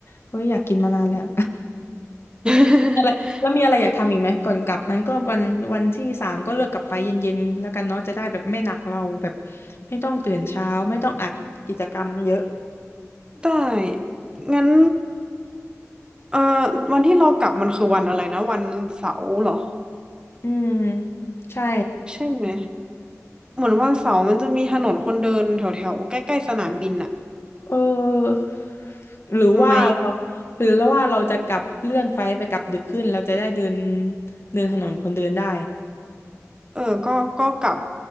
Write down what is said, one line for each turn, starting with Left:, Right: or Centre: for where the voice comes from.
Left: เฮ้ยอยากกินมานานแล้ว
Right: <laughs>
Left: <laughs> อะไรแล้วมีอะไรอยากทำอีกไหมก่อนกลับนั้นก็วันวันที่สามก็เลือกกลับไฟเย็นๆแล้วกันเนาะจะได้แบบไม่หนักเราแบบไม่ต้องตื่นเช้าไม่ต้องอัดกิจกรรมเยอะ
Right: ได้งั้นเอ่อวันที่เรากลับมันคือวันอะไรนะวันเสาร์เหรอ
Left: อืมใช่
Right: ใช่ไหมเหมือนวันเสาร์มันจะมีถนนคนเดินแถวแถวใกล้ๆสนามบินอะ
Left: เออหรือว่าเรา
Right: ไหม
Left: หรือแล้วว่าเราจะกลับเลื่อนไฟล์ไปกลับดึกขึ้นเราจะได้เดินเดินถนนคนเดินได้
Right: เออก็ก็กลับ